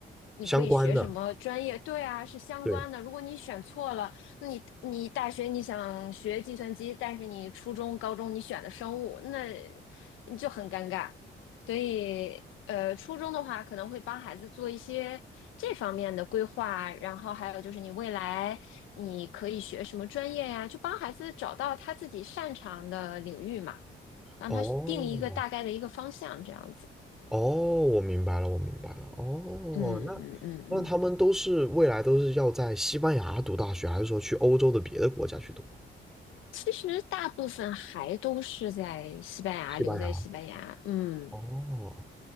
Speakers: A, on the left; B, in the centre.
A: 你可以学什么专业，
B: 相关的，
A: 对啊，是相关的。
B: 对，
A: 如果你选错了，那你你大学你想学计算机，但是你初中、高中你选的生物，那你就很尴尬。所以，呃，初中的话可能会帮孩子做一些这方面的规划，然后还有就是你未来你可以学什么专业呀，就帮孩子找到他自己擅长的领域嘛，让他定一个大概的一个方向，
B: 哦
A: 这样子。
B: 哦，我明白了，我明白了，哦，
A: 嗯嗯嗯嗯，
B: 那那他们都是未来都是要在西班牙读大学，还是说去欧洲的别的国家去读？
A: 其实大部分还都是在西班牙，
B: 西班牙。
A: 留在西班牙。嗯，
B: 哦，